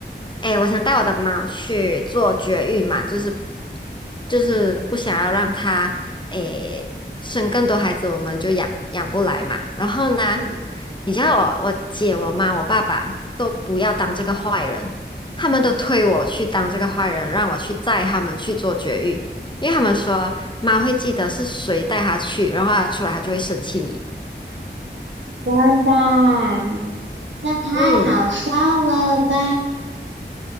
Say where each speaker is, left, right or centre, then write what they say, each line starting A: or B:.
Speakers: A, on the left; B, on the right.
A: 诶，我想带我的猫去做绝育嘛，就是就是不想要让它诶生更多孩子，我们就养养不来嘛。然后呢，
B: 嗯
A: 你知道我我姐、我妈、我爸爸都不要当这个坏人，他们都推我去当这个坏人，让我去载他们去做绝育，因为他们说猫会记得是谁带它去，然后它出来它就会生气你。
B: 真的啊那太好笑了吧？
A: 嗯。